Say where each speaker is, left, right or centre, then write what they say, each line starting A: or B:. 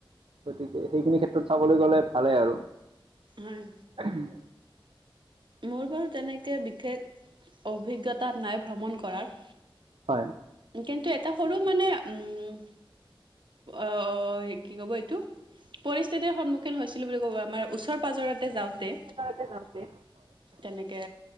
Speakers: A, on the right; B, on the right.
A: গতিকে সেইখিনি ক্ষেত্ৰত চাবলৈ গ'লে ভালেই আৰু।
B: হয়
A: উম',
B: মোৰ বাৰু তেনেকৈ বিশেষ অভিজ্ঞতা নাই ভ্ৰমণ কৰাৰ
A: হয়
B: কিন্তু এটা সৰু মানে উম, অ', কি ক'ব এইটো পৰিস্থিতিৰ সন্মুখীন হৈছিলোঁ বুলি ক'ব আমাৰ ওচৰ পাজৰতে যাওঁতে
A: <unintelligible> যাওঁতে
B: তেনেকে